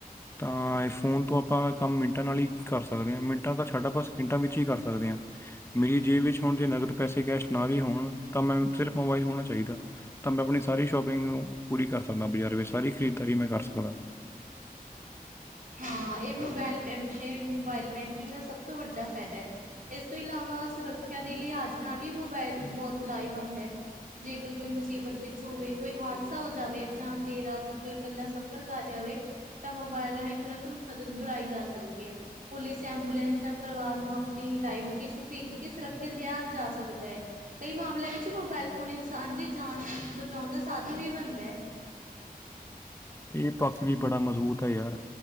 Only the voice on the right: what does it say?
ਹਾਂ ਇਹ ਮੋਬਾਇਲ ਇਹ ਮੋਬਾਇਲ ਬੈਂਕਿੰਗ ਦਾ ਸਭ ਤੋਂ ਵੱਡਾ ਫਾਇਦਾ ਹੈ। ਇਸ ਤੋਂ ਇਲਾਵਾ ਸੁਰੱਖਿਆ ਦੇ ਲਿਆਜ਼ ਨਾਲ ਵੀ ਮੋਬਾਇਲ ਬਹੁਤ ਲਾਈਫ ਹੁੰਦੇ। ਜੇਕਰ ਕੋਈ ਮੁਸੀਬਤ ਵਿੱਚ ਹੋਵੇ ਕੋਈ ਹਾਦਸਾ ਹੋ ਜਾਵੇ ਜਾਂ ਦੇਰ ਰਾਤ ਨੂੰ ਕੋਈ ਇਕੱਲਾ ਸਫ਼ਰ ਕਰ ਰਿਹਾ ਹੋਵੇ। ਮੋਬਈਲ ਰਾਹੀਂ ਤੁਰੰਤ ਮਦਦ ਬੁਲਾਈ ਜਾ ਸਕਦੀ ਹੈ। ਪੁਲਿਸ ਐਬੂਲੈਂਸ ਜਾਂ ਪਰਿਵਾਰ ਨੂੰ ਆਪਣੀ ਲਾਈਵ ਲੋਕੇਸ਼ਨ ਭੇਜ ਕੇ ਸੁਰੱਖਿਅਤ ਰਿਹਾ ਜਾ ਸਕਦਾ ਹੈ। ਕਈ ਮਾਮਲਿਆਂ ਵਿੱਚ ਮੋਬਾਇਲ ਫੋਨ ਇਨਸਾਨ ਦੀ ਜਾਨ ਬਚਾਉਣ ਦਾ ਸਾਧਨ ਵੀ ਬਣਦਾ ਹੈ।